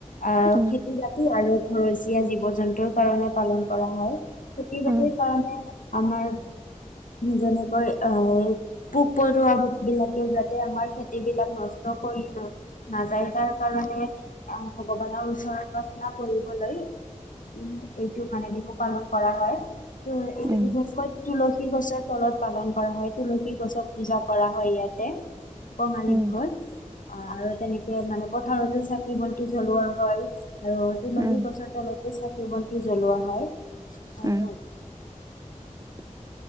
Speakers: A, on the left; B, on the right.
A: আহ
B: উম,
A: খেতি-বাতি আৰু ঘৰচীয়া জীৱ-জন্তুৰ কাৰণে পালন কৰা হয়। খেতি-বাতিৰ
B: উম,
A: কাৰণে আমাৰ যেনেকৈ এ পোক-পৰুৱা বিলাকে যাতে আমাৰ খেতি-বিলাক নষ্ট কৰি ন নাযাই। তাৰ কাৰণে ভগৱানৰ ওচৰত প্ৰাৰ্থনা কৰিবলৈ উ এইটো মানে বিহু পালন কৰা হয়। ত' এইটো
B: উম,
A: বিশেষকৈ তুলসী গছৰ তলত পালন কৰা হয়। তুলসী গছক পূজা কৰা হয় ইয়াতে। কঙালী
B: উম।
A: বিহুত অ আৰু তেনেকে মানে পথাৰতে চাকি-বন্তি জ্বলোৱা হয়। আৰু তুলসী
B: উম,
A: গছৰ তলতে চাকি ধুপ বন্তি জ্বলোৱা হয় আৰু
B: উম। <unintelligible>